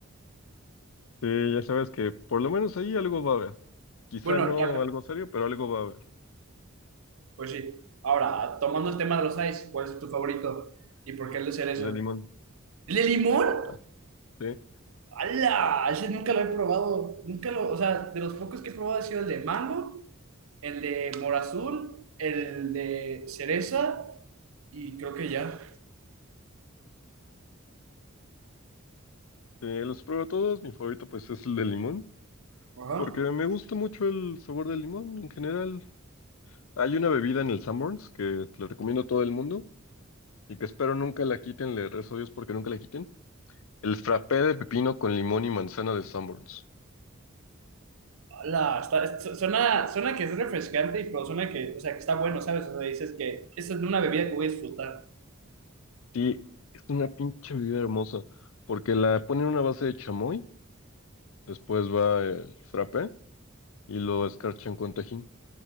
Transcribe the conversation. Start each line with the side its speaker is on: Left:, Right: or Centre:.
Left: Sí, ya sabes que por lo menos ahí algo va a haber. Quizá
Right: Bueno,
Left: no
Right: ya,
Left: algo serio, pero algo va a haber.
Right: pues sí. Ahora, tomando el tema de los ice, ¿cuál es tu favorito? ¿Y por qué el de cereza?
Left: El de limón.
Right: ¿El de limón?
Left: Ah, sí.
Right: ¡Hala! Ese nunca lo he probado. Nunca lo, o sea, de los pocos que he probado ha sido el de mango, el de mora azul, el de cereza y creo que ya.
Left: Sí, los pruebo todos, mi favorito pues es el de limón,
Right: Ajá.
Left: porque me gusta mucho el sabor del limón en general. Hay una bebida en el Sanborns que le recomiendo a todo el mundo y que espero nunca la quiten, le rezo a Dios porque nunca la quiten. El frappé de pepino con limón y manzana de Sanborns.
Right: Hola, está, su- suena, suena que es refrescante y pero suena que, o sea, que está bueno, ¿sabes? O sea, dices que esta es una bebida que voy a disfrutar.
Left: Sí, es una pinche bebida hermosa porque la ponen en una base de chamoy, después va el frappé y lo escarchan con tajín.